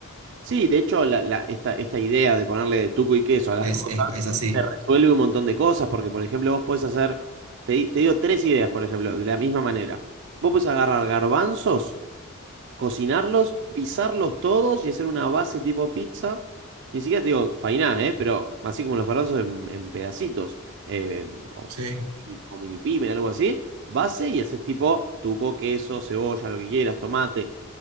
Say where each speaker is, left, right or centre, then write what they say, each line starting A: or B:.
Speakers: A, on the right; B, on the right.
A: Sí, de hecho, la, la- esta, esta idea de ponerle tuco y queso a las
B: Es,
A: cosas
B: es, es así.
A: te resuelve un montón de cosas, porque, por ejemplo, vos podés hacer, te, di- te digo tres ideas, por ejemplo, de la misma manera. Vos podés agarrar garbanzos. cocinarlos, pisarlos todos y hacer una base tipo pizza. Ni siquiera te digo fainá, ¿eh? Pero así como los garbanzos en, en pedacitos, eh, o
B: Sí,
A: quizá con mini, con mini pimen, algo así. Base y haces tipo tuco, queso, cebolla, lo que quieras, tomate.